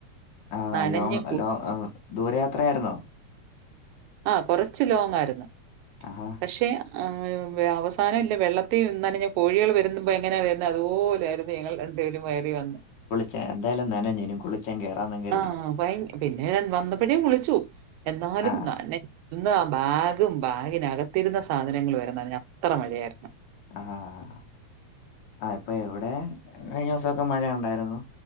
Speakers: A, on the left; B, on the right.
A: ആഹ്
B: നനഞ്ഞ്
A: ലോങ് ലോ ദൂരയാത്രയായിരുന്നോ
B: ആഹ് കൊറച്ച് ലോങായിര്ന്ന്
A: ആഹാ.
B: പക്ഷെ ആഹ് അവസാനം ഇല്ലെ വെള്ളത്തി നനഞ്ഞ കോഴികൾ വരുമ്പോ എങ്ങനാ വരുന്ന്‌ അതുപോലായിരുന്നു ഞങ്ങൾ രണ്ടുപേരും കയറി വന്നെ
A: ഛെ എന്തായാലും നനഞ്ഞു ഇനി കു കുളിച്ചങ്ങ് കയറാന്നങ്ങ്
B: ആഹ് ഭയ പിന്നെ വന്നപ്പോഴേ കുളിച്ചു എന്നാലും
A: ആ.
B: നനഞ്ഞ് ഇന്ന് ആ ബാഗും ബാഗിനകത്തിരുന്ന സാധനങ്ങൾ വരെ നനഞ്ഞു അത്ര മഴയായിരുന്നു
A: ആഹ് ഹാ ഹാ ആഹ് ഇപ്പൊ ഇവിടെ കഴിഞ്ഞ ദിവസൊക്കെ മഴ ഒണ്ടായിരുന്നു